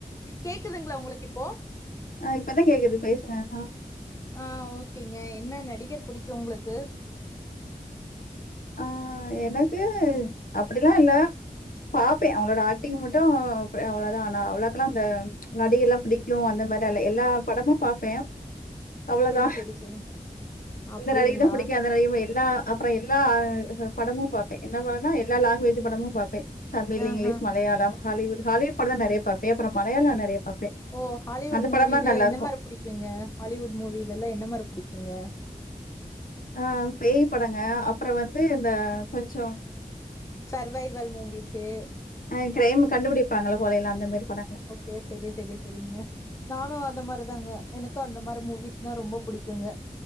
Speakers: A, on the left (about 20°); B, on the left (about 65°).
A: கேக்குதுங்ளா உங்குளுக்கு இப்போ
B: ஆ இப்பதா கேக்குது பேசுங்க அ
A: ஆ ஓகேங்க என்ன நடிகர் புடிக்கு உங்குளுக்கு
B: ஆ எனக்கு அப்டிலா இல்ல பாப்பே அவங்களோட ஆக்டிங் மட்டு அவ்ளோதா ஆனா அவ்ளோக்கல்லா அந்த நடிகர்லா புடிக்கு அந்த மாரி அல்ல எல்லா படமு பாப்பே அவ்ளோதா
A: செரி செரி செரி அப்டிங்களா
B: இந்த நடிகர்தா புடிக்கு அந்த நடிக புடிக் எல்லா அப்புறோ எல்லா படமு பாப்பே என்ன படோனா எல்லா லாங்வேஜ் படமு பாப்பே தமிழ் இங்கிலீஷ்
A: ஆஹா
B: மலையாளம் ஹலிவுட் ஹாலிவுட் படோதா நறைய பாப்பே அப்புறோ மலையாளோ நறைய பாப்பே
A: ஓ ஹாலிவுட்
B: அந்த
A: மூவில
B: படோலா நல்லாருக்கு
A: என்ன மாரி புடிக்குங்க ஹாலிவுட் மூவிலலா என்னமாரி புடிக்குங்க
B: ஆ பேய் படோங்க அப்புறோ வந்து இந்த கொஞ்சோ
A: சர்வைவல் மூவீஸு
B: ஆ க்ரைம் கண்டு புடிப்பாங்கள்ல கொலைலா அந்தமாரி படங்கலா
A: யே சேரி சேரி சேரிங்க நானு அந்த மாரிதாங்க எனக்கு அந்த மாரி மூவீஸ்னா ரொம்ப புடிக்குங்க